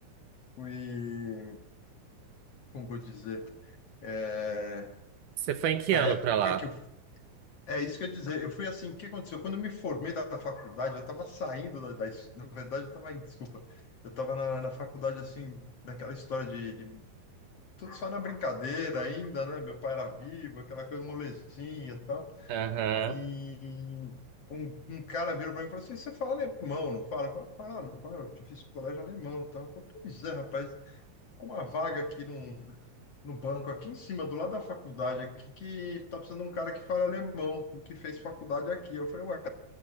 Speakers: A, on the left; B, on the right.
A: Fui... Como vou dizer? É...
B: Você foi em que
A: A
B: ano
A: época
B: pra lá?
A: que eu... É isso que eu ia dizer. Eu fui assim, o que aconteceu? Quando eu me formei da faculdade, eu estava saindo da... da... es- Na verdade, eu estava... Desculpa. Eu estava na, na faculdade, assim, naquela história de, de tudo só na brincadeira ainda, né? Meu pai era vivo, aquela coisa molezinha e tal.
B: Aham.
A: E um, um cara virou para mim e falou assim: Você fala alemão, não fala? Eu falei, falo, falo, eu fiz colégio alemão e tal. Eu falei, pois é, rapaz, é uma vaga aqui num, no banco, aqui em cima, do lado da faculdade, aqui, que tá precisando de um cara que fala alemão, que fez faculdade aqui. Eu falei, ué,